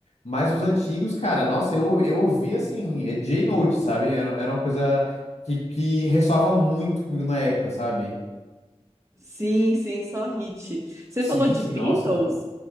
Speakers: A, on the left; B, on the right.
A: Mas os antigos, cara, nossa, eu, eu ouvi assim, eh, dia e noite, sabe? Era, era uma coisa que, que ressoava muito comigo na época, sabe?
B: Sim, sim, só hit. Você
A: Sim,
B: falou de
A: sim,
B: Beatles.
A: nossa.